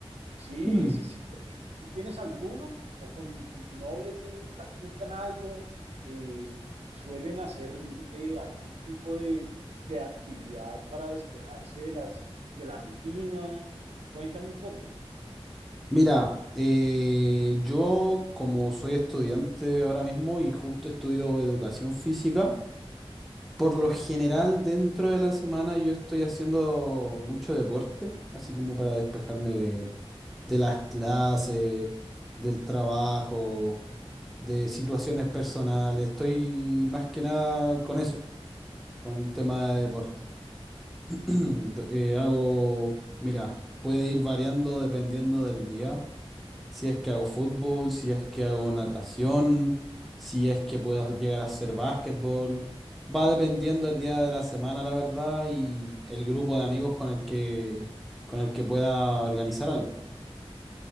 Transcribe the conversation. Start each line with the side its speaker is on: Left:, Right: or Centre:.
Right: Sí,
Centre: Mm.
Right: sí, sí. Joshua. ¿Tú tienes alguno? ¿O con, con tu novia tienen, practican algo? Eh, ¿Suelen hacer eh, algún tipo de, de actividad para despejarse de las, de la rutina? Cuéntame un poco.
Centre: Mira, eh, yo como soy estudiante ahora mismo y justo estudio educación física, Por lo general, dentro de la semana yo estoy haciendo mucho deporte, así como para despejarme de, de las clases, del trabajo, de situaciones personales. Estoy más que nada con eso, con tema de deporte. <clears throat> Do- eh, hago, mira, puede ir variando dependiendo del día si es que hago fútbol, si es que hago natación, si es que puedo llegar a hacer básquetbol. Va dependiendo el día de la semana, la verdad, y el grupo de amigos con el que, con el que pueda organizar algo.